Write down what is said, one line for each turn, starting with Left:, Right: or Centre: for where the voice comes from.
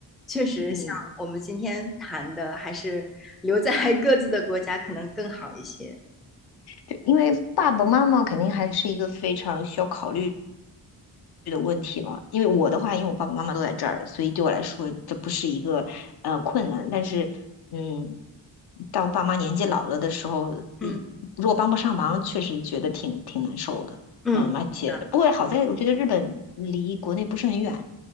Centre: 确实像我们今天谈的，
Left: 嗯，
Centre: 还是留在 <laughs> 各自的国家可能更好一些。
Left: 对，因为爸爸妈妈肯定还是一个非常需要考虑的问题嘛，因为我的话，因为我爸爸妈妈都在这儿，所以对我来说这不是一个呃困难。但是，嗯，当爸妈年纪老了的时候，
Centre: 嗯
Left: 一如果帮不上忙，确实觉得挺挺难受的。
Centre: 嗯，
Left: 嗯，
Centre: 是的，
Left: 而且不过好在我觉得日本离国内不是很远，